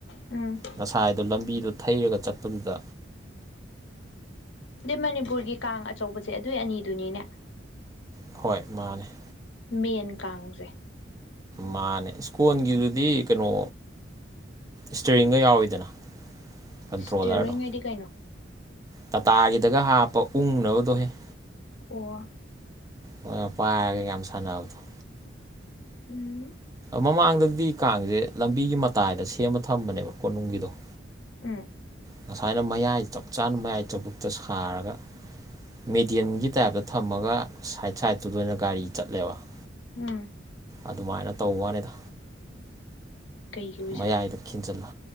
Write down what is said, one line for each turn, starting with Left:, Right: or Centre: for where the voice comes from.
Left: ꯎꯝ
Right: ꯉꯁꯥꯏꯗꯣ ꯂꯝꯕꯤꯗꯨ ꯊꯩꯔꯒ ꯆꯠꯄꯗꯨꯗ
Left: ꯗꯨ ꯃꯅꯤꯄꯨꯔꯒꯤ ꯀꯥꯡ ꯑꯆꯧꯕꯁꯦ ꯑꯗꯨꯏ ꯑꯅꯤꯗꯨꯅꯤꯅꯦ ꯫
Right: ꯍꯣꯏ ꯃꯥꯅꯦ ꯫
Left: ꯃꯦꯟ ꯀꯥꯡꯁꯦ
Right: ꯃꯥꯅꯦ ꯁ꯭ꯀꯣꯟꯒꯤꯗꯨꯗꯤ ꯀꯩꯅꯣ ꯏꯁ꯭ꯇꯔꯤꯡꯒ ꯌꯥꯎꯋꯤꯗꯅ ꯫ ꯀꯟꯇ꯭ꯔꯣꯂꯔꯗꯣ
Left: ꯁ꯭ꯇꯤꯌꯔꯤꯡ ꯍꯥꯏꯗꯤ ꯀꯩꯅꯣ
Right: ꯇꯥꯇꯥꯒꯤꯗꯒ ꯍꯥꯞꯄ ꯎꯪꯅꯕꯗꯣꯍꯦ ꯫
Left: ꯑꯣ
Right: ꯅ‌ꯣꯏ ꯄꯥꯏꯔꯒ ꯌꯥꯝ ꯁꯥꯟꯅꯕꯗꯣ ꯫
Left: ꯎꯝ
Right: ꯃꯃꯥꯡꯗꯗꯤ ꯀꯥꯡꯁꯦ ꯂꯝꯕꯤꯒꯤ ꯃꯇꯥꯏꯗ ꯁꯦꯝꯃ ꯊꯝꯕꯅꯦꯕ ꯀꯣꯅꯨꯡꯒꯤꯗꯣ ꯫
Left: ꯎꯝ
Right: ꯉꯁꯥꯏꯅ ꯃꯌꯥꯏ ꯆꯞ ꯆꯥꯅ ꯃꯌꯥꯏ ꯆꯕꯨꯛꯇ ꯁꯥꯔꯒ ꯃꯦꯗꯤꯌꯟꯒꯤ ꯇꯥꯏꯞꯇ ꯊꯝꯃꯒ ꯁꯥꯏꯠ ꯁꯥꯏꯗꯠꯇꯨꯗ ꯑꯣꯏꯅ ꯒꯥꯔꯤ ꯆꯠꯂꯦꯕ ꯫
Left: ꯎꯝ
Right: ꯑꯗꯨꯃꯥꯏꯅ ꯇꯧꯕ ꯋꯥꯅꯤꯗ
Left: ꯀꯩꯒꯤ ꯑꯣꯏꯖꯥꯠꯅꯣ
Right: ꯃꯌꯥꯏꯗ ꯫ ꯈꯤꯟꯖꯜꯂꯥ